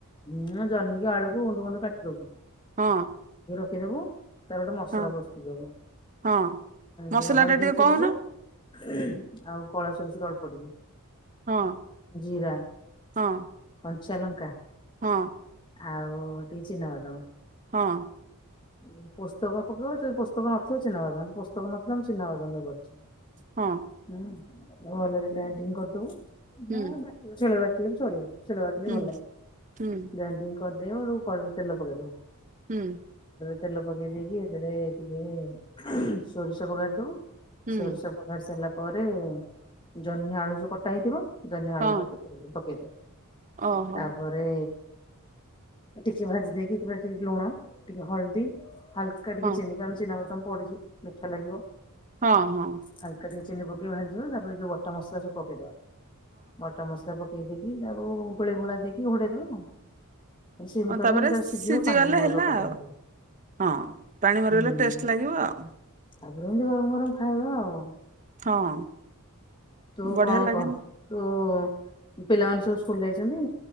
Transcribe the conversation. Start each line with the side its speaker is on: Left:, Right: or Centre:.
Left: ହୁଁ ଜହ୍ନିିକି ଆଳକୁ ଗୁଣ୍ଡ ଗୁଣ୍ଡ କାଟିଦବୁ
Right: ହଁ
Left: ଦବୁ ତାର ଗୋଟେ ମସଲା
Right: ହଁ
Left: ପ୍ରସ୍ତୁତ ହବ
Right: ହଁ ମସଲା
Left: ଯୋଉ ହଳଦିଆ
Right: ଟା ଟିକେ
Left: ସୋରିଷ
Right: କହୁନ
Left: ଉହୁଁ ଆଉ କଳା ସୋରଷରୁ ଅଳ୍ପ ଟିକେ
Right: ହଁ
Left: ଜିରା
Right: ହଁ
Left: କଞ୍ଚାଲଙ୍କା
Right: ହଁ
Left: ଆଉ ଟିକେ ଚିନାବାଦମ
Right: ହଁ।
Left: ଉଁ ପୋସ୍ତକ ପକେଇବ ଯଦି ପୋସ୍ତକ ନଥିବ ଚିନାବାଦାମ ଆଜି ପୋସ୍ତକ ନଥିଲା ଆମେ ଚିନାବାଦମରେ କରିଛୁ।
Right: ହଁ
Left: ହୁଁ ଅରୁଆରେ ଗ୍ରାଇଣ୍ଡିଙ୍ଗ୍ କରିଦବୁ ଏ
Right: ହୁଁ
Left: ବାଟିବ ଶୀଳରେ ବାଟି ବାଟିଲେ ବି ଚଳିବ ଶୀଳରେ ବାଟିଲେ
Right: ହୁଁ
Left: ଭଲ ଲାଗେ
Right: ହୁଁ
Left: ଗ୍ରାଇଣ୍ଡିଙ୍ଗ୍ କରିଦିଅରୁ କଢେଇରେ ତେଲ ପକେଇ ଦବ।
Right: ହୁଁ।
Left: ତେଲ ପକେଇ ଦେଇକି ସେଥିରେ ଟିକେ ସୋରିଷ ବଘାରି ଦବୁ
Right: ହୁଁ
Left: ସୋରିଷ ବଘାରିସାରିଲା ପରେ ଜହ୍ନି ଆଳୁ ଯୋଉ କଟା ହେଇଥିବ ଜହ୍ନି ଆଳୁ
Right: ହଁ
Left: ଭାଜିକି ପକେଇଦବ
Right: ଓହୋ
Left: ତାପରେ ଟିକେ ଭାଜି ଦେଇକି ତାପରେ ଟିକେ ଲୁଣ ଟିକେ ହଳଦୀ ହାଲକା ଟିକେ
Right: ହଁ
Left: ଚିନି କାରଣ ଚିନାବାଦାମ ପଡିଛି ମିଠା ଲାଗିବ।
Right: ହଁ ହଁ।
Left: ହାଲକା ଟିକେ ଚିନି ପକେଇ ଭାଜିବା ତାପରେ ଯୋଉ ବଟା ମସଲା ସବୁ ପକେଇଦବା ବଟା ମସଲା ପ ପକେଇ ଦେଇକି ତାକୁ ଗୋଳେଇ ଗୋଳା ଦେଇକି ଘୋଡେଇ ଦବା ଆଉ। ସିମ୍
Right: ହଁ
Left: କରିଦବା
Right: ତାପରେ
Left: ସେ ତାର
Right: ସିଝିଗଲେ
Left: ସିଝିବ ପାଣି ବି ମରିବ
Right: ହେଲା
Left: ତା
Right: ଆଉ
Left: ଦେହେରେ।
Right: ହଁ ପାଣି ମରିଗଲେ
Left: ହୁଁ
Right: ଟେଷ୍ଟ୍ ଲାଗିବ ଆଉ।
Left: ତାପରେ ଏମିତି ଗରମ ଗରମ ଖାଇବା ଆଉ।
Right: ହଁ।
Left: ତୁ
Right: ବଢିଆ
Left: କଣ
Right: ଲାଗେନି
Left: କହ ତୋ ପିଲାମାନେ ସବୁ ସ୍କୁଲ ଯାଇଛନ୍ତି?